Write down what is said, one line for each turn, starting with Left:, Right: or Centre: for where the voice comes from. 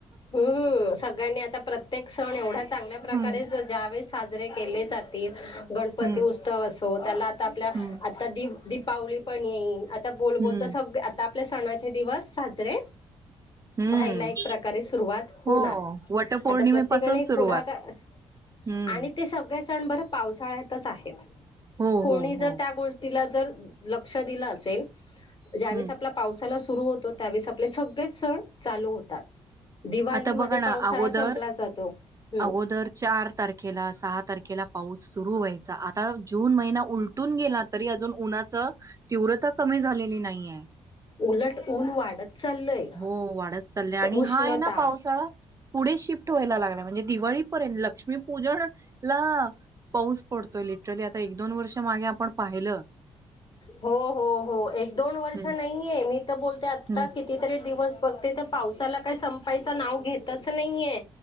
Left: हम्म सगळ्यांनी आता प्रत्येक सण एवढा चांगल्या प्रकारेच
Right: हं,
Left: जावेस साजरे केले जातील. गणपती
Right: हं,
Left: उत्सव असो त्याला आता आपल्या
Right: हं,
Left: आता दिव दीपावली पण येईल. आता बोल बोल
Right: हं,
Left: तर सगळ आता आपले सणाचे दिवस साजरे
Right: हं.
Left: भाईला एक प्रकार कारे सुरुवात होणार
Right: हो, वटपौर्णिमेपासून
Left: आता प्रत्येकाने
Right: सुरुवात.
Left: पुढाकार
Right: हं.
Left: आणि ते सगळे सण बर पावसाळ्यातच आहे येत
Right: हो,
Left: कोणी
Right: हो,
Left: जर
Right: हो.
Left: त्या गोष्टीला ल ज्यावेळेस
Right: हं.
Left: आपला पावस सुरू होतो त्यावेळेस आपले सगळेच सण चालू होतात दिवाळीमध्ये
Right: आता बघा ना
Left: पावसाळा
Right: अगोदर
Left: संपला जातो. हम्म
Right: अगोदर चार तारखेला सात तारखेला पाऊस सुरू व्हायचा आता जून महिना उलटून गेला त अजून उन तीव्र क झा नाही नाही आहे
Left: उलट ऊन वाढत चाललंय
Right: हो वाढत चालल आणि
Left: उष्णता
Right: हा आहे ना पावसाळा पुढे शिफ्ट व्हायला लागणार म्हणजे दिवाळीपर्यंत लक्ष्मीपूजन ला पाऊस पडतोय लिटरली. आता वर्ष मागे आपण पाहिलं.
Left: हो हो हो एक दोन वर्ष
Right: हं,
Left: नाहीये मी बोलते आता
Right: हं,
Left: कितीतरी दिवस बघते तर पावसाला काय संपायचं नाव घेतच नाहीये